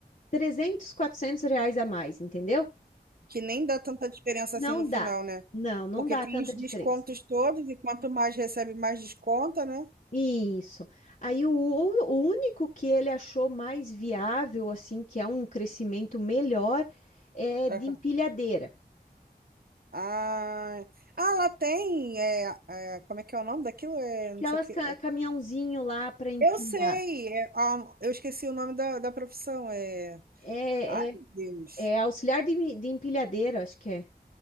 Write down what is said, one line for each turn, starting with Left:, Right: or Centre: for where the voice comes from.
Left: 300 400 reais a mais, entendeu?
Right: Que nem dá tanta diferença
Left: Não
Right: assim no final,
Left: dá,
Right: né?
Left: não, não
Right: Porque
Left: dá
Right: tem
Left: tanta
Right: os
Left: diferença.
Right: descontos todos, e quanto mais recebe, mais desconta, né?
Left: Isso. Aí o, o o único que ele achou mais viável, assim, que é um crescimento melhor, é
Right: Aham.
Left: de empilhadeira.
Right: Ah, ah, lá tem. É, é, como é que é o nome daquilo? É,
Left: Aquelas
Right: não sei o que.
Left: ca- caminhãozinho lá para empilhar.
Right: Eu sei. é, ah, eu esqueci o nome da, da profissão. É,
Left: É,
Right: ai,
Left: é,
Right: meu Deus.
Left: é auxiliar de, de empilhadeira, acho que é.